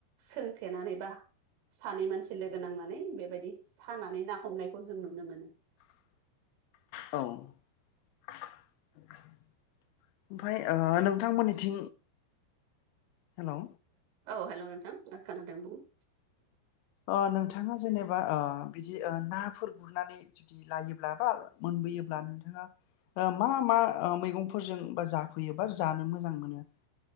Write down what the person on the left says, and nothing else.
औ ओमफ्राय ओ नोंथांमोननिथिं हेलौ
अ नोंथाङा जेनेबा ओ बिदि ओ नाफोर गुरनानै जुदि लायोब्ला बा मोनबोयोब्ला नोंथाङा ओ मा मा ओ मैगंफोरजों बा जाफैयोबा जानो मोजां मोनो?